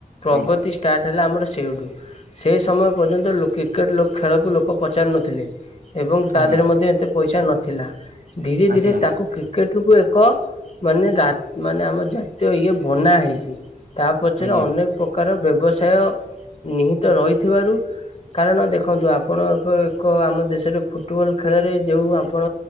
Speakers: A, on the left; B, on the right.
A: ପ୍ରଗତି
B: ଆଜ୍ଞା
A: ଷ୍ଟାର୍ଟ ହେଲା ଆମର ସେଇଠୁ। ସେ ସମୟ ପର୍ଯ୍ୟନ୍ତ ଲୋକେ କ୍ରିକେଟ୍ ଲୋ ଖେଳକୁ ଲୋକ ପଚାରୁନଥିଲେ। ଏବଂ ତା
B: ଆଜ୍ଞା
A: ଦେହରେ ମଧ୍ୟ ଏତେ ପଇସା ନଥିଲା। ଧୀରେ
B: ଆଜ୍ଞା
A: ଧୀରେ ତାକୁ କ୍ରି କ୍ରିକେଟକୁ ଏକ ମାନେ ରା ମାନେ ଆମ ଜାତୀୟ ଇଏ ବନା ହେଇଛି। ତା ପଛରେ
B: ଆଜ୍ଞା
A: ଅନେକ ପ୍ରକାର ବ୍ୟବସାୟ ନିହିତ ରହିଥିବାରୁ କାରଣ ଦେଖନ୍ତୁ ଆପଣ ଏବେ ଏକ ଆମ ଦେଶରେ ଫୁଟବଲ୍ ଖେଳରେ ଯେଉଁ ଆପଣ